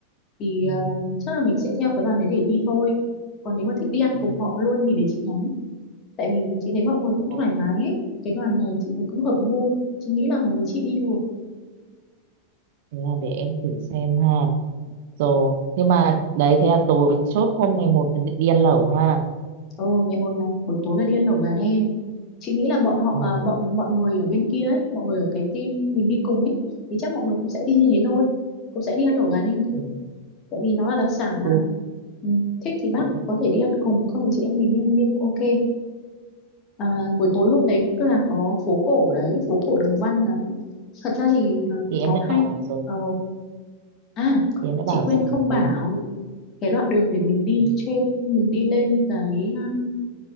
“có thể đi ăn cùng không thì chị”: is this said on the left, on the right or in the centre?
Left